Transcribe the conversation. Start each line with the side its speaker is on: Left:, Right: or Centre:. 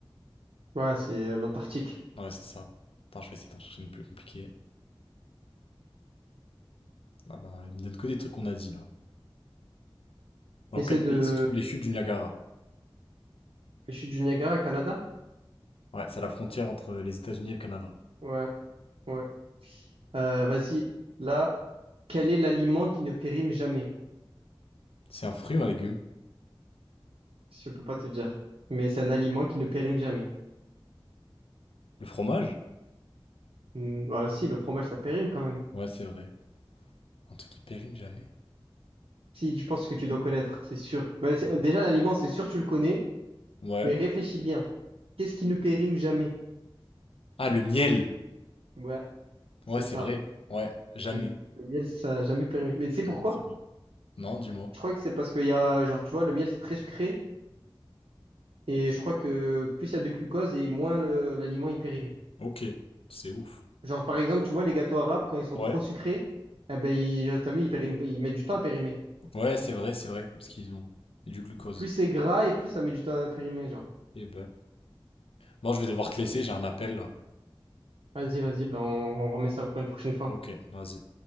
Right: Voilà, c'est euh, l'Antarctique.
Left: Ouais, c'est ça. Attends, je vais essayer d'en chercher une plus compliquée. Ah bah, il me donne que des trucs qu'on a dit, là. Dans
Right: Essaie
Left: quel
Right: de...
Left: pays se trouvent les chutes du Niagara?
Right: Je suis du Niagara, Canada?
Left: Ouais, c'est à la frontière entre les États-Unis et le Canada.
Right: Ouais, ouais. Euh, vas-y. Là, quel est l'aliment qui ne périme jamais?
Left: C'est un fruit ou un légume?
Right: Si Je peux pas te dire. Mais c'est un aliment qui ne périme jamais.
Left: Le fromage?
Right: Hmm, bah, si, le fromage, ça périme quand même.
Left: Ouais, c'est vrai. Un truc qui périme jamais.
Right: Si, je pense que tu dois connaître, c'est sûr. Bah, c'est- déjà, l'aliment, c'est sûr, tu le connais,
Left: Ouais.
Right: mais réfléchis bien. Qu'est-ce qui ne périme jamais?
Left: Ah, le miel.
Right: Ouais, c'est
Left: Ouais, c'est
Right: ça.
Left: vrai. Ouais, jamais.
Right: Le, le miel, ça n'a jamais périmé. Mais tu sais pourquoi?
Left: Non, c'est vrai. Non, dis-moi.
Right: Je crois que c'est parce qu'il y a, genre, tu vois, le miel, c'est très sucré. Et je crois que plus il y a de glucose et moins le- l'aliment, il périme.
Left: Ok, c'est ouf.
Right: Genre, par exemple, tu vois, les gâteaux arabes, quand ils sont
Left: Ouais.
Right: trop sucrés, eh ben, ils, genre, t'as vu, ils périment- ils mettent du temps à périmer.
Left: Ouais, c'est vrai, c'est vrai, parce qu'ils ont du glucose.
Right: Plus c'est gras et plus ça met du temps à périmer, genre.
Left: Eh ben. Bon, je vais devoir te laisser, j'ai un appel là.
Right: Vas-y, vas-y, bah on, on remet ça pour une prochaine fois.
Left: Ok, vas-y.